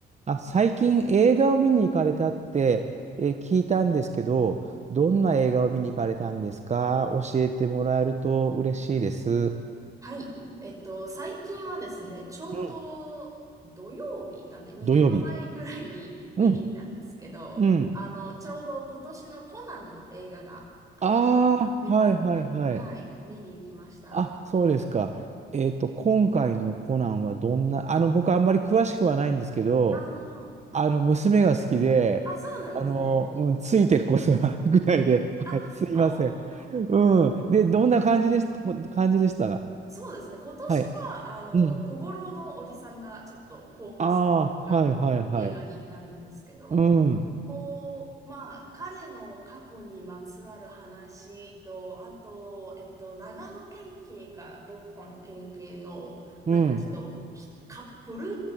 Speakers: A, on the right (about 35°); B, on the right (about 15°).
A: あ、最近映画を見に行かれたって、えー聞いたんですけど、どんな映画を見に行かれたんですか教えてもらえると嬉しいです。
B: はい。えっと、最近はですね、ちょうど土曜日、
A: うん。
B: なんで3日前ぐらいに見に行ったんですけど、
A: 土曜日。うん、うん。
B: あの、ちょうど今年のコナンの映画が新しく出たので、
A: ああ、はいはいはい。
B: はい、見に行きました。
A: あ、そうですか。えっと、今回のコナンはどんな、あの、僕あんまり詳しくはないんですけど、
B: あー
A: あの、娘が好きで、
B: あ、そうなんですね。
A: あの、うん、ついていくことがあるぐらいで、
B: あ、
A: はい、すいません。
B: あー
A: うん。で、どんな感じです、こ感じでした
B: そうですね。今年は、
A: はい。
B: あの、
A: うん。
B: 小五郎のおじさんがちょっとフォーカスな感じの映画になるんですけど、
A: ああ、はいはいはい。うん。
B: こう、まあ、彼の過去にまつわる話と、あと、えっと、長野県警かどっかの県警の、なんかちょっとひカップル
A: うん。